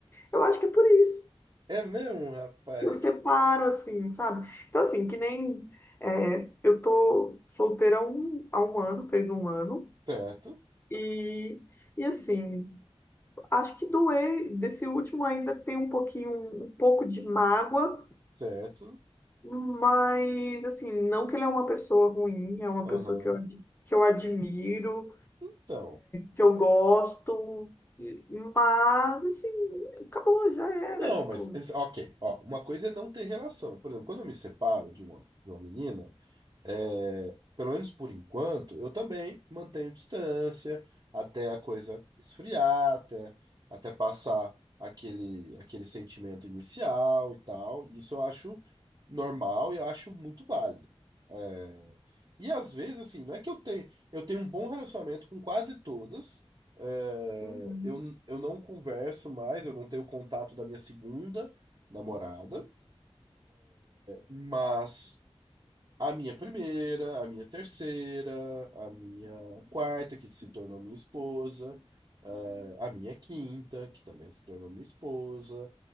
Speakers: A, on the left; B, on the right.
A: eu acho que é por isso.
B: é mesmo, rapaz.
A: que Eu
B: É
A: separo,
B: que.
A: assim, sabe? Então, assim, que nem é, eu tô solteira há um, há um ano, fez um ano,
B: Certo,
A: e, e assim. Acho que do E- desse último ainda tem um pouquinho, um pouco de mágoa,
B: certo.
A: mas assim, não que ele é uma pessoa ruim, é uma
B: Aham.
A: pessoa que eu, ad- que eu admiro,
B: Então.
A: que eu gosto, e- mas assim, acabou, já era,
B: Não,
A: tipo,
B: mas, esse- ok, ó, uma coisa é não ter relação. Por exemplo, quando eu me separo de uma, de uma menina, é, pelo menos por enquanto, eu também mantenho distância até a coisa esfriar, até, até passar aquele, aquele sentimento inicial e tal. Isso eu acho normal e eu acho muito válido. É, e às vezes, assim, não é que eu tenho. Eu tenho um bom relacionamento com quase todas. É,
A: uhum.
B: eu, eu não converso mais, eu não tenho contato da minha segunda namorada, mas. A minha primeira, a minha terceira, a minha quarta, que se tornou minha esposa, eh, a minha quinta, que também se tornou minha esposa,